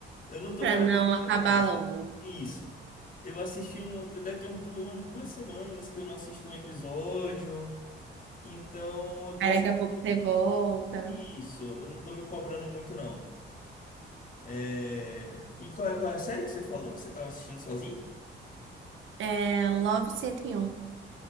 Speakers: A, on the left (about 45°); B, on the right (about 75°).
A: Eu não tô
B: Pra
A: maratonando.
B: não acabar logo.
A: Isso. Eu assisti um, deve ter uns du- umas duas semanas que eu não assisto um episódio, então eu tô
B: Aí
A: assistindo
B: daqui a pouco você volta.
A: isso, eu não tô me cobrando muito não. É, E qual é, qual é a série que você falou que você tava assistindo sozinho?
B: É Love cento e um